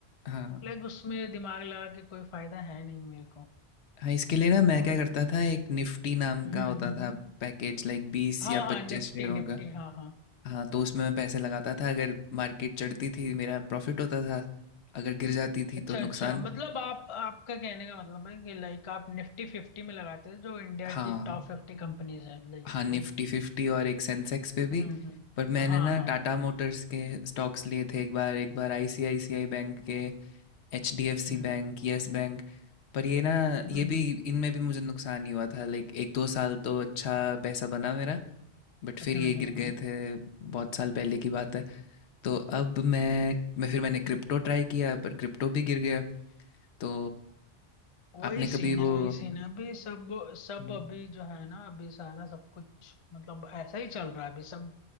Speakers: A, on the left; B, on the left.
A: हाँ
B: लाइक उसमें दिमाग लगा के कोई फायदा है नहीं मेरे को
A: हाँ इसके लिए ना मैं
B: और
A: क्या करता था एक निफ्टी नाम
B: हम्म
A: का होता
B: हम्म
A: था
B: हम्म।
A: पैकेज लाइक बीस
B: हाँ
A: या
B: हाँ
A: पच्चीस
B: निफ्टी
A: शेयरों
B: निफ्टी
A: का
B: हाँ हाँ
A: हाँ तो उसमें मैं पैसे लगाता था अगर मार्केट चढ़ती थी मेरा प्रॉफिट होता था अगर गिर जाती थी
B: अच्छा
A: तो नुकसान
B: अच्छा मतलब आप आपका कहने का मतलब है कि लाइक आप निफ्टी फिफ्टी में लगाते हैं जो इंडिया
A: हाँ
B: की टॉप फिफ्टी कंपनीज हैं लाइक
A: हाँ निफ्टी
B: वही
A: फिफ्टी और एक सेंसेक्स पे भी
B: हम्म हम्म हम्म।
A: पर मैंने
B: हाँ
A: ना
B: हाँ
A: टाटा मोटर्स के स्टॉक्स लिए थे एक बार एक बार आईसीआईसीआई बैंक के एचडीएफसी
B: हम्म
A: बैंक
B: हम्म
A: यस बैंक पर ये ना
B: हम्म
A: ये भी
B: हम्म
A: इनमें भी मुझे नुकसान ही हुआ था लाइक एक दो साल तो अच्छा पैसा बना मेरा बट फिर
B: हम्म,
A: ये
B: हम्म,
A: गिर
B: हम्म। हम्म।
A: गए थे बहुत साल पहले की बात है तो अब मैं मैं फिर मैंने क्रिप्टो ट्राई किया पर क्रिप्टो भी गिर गया तो
B: वही
A: आपने कभी
B: सीन है
A: वो
B: वही सीन है अभी सब सब
A: हम्म,
B: अभी जो है ना अभी सारा सब कुछ मतलब ऐसा ही चल रहा है अभी सब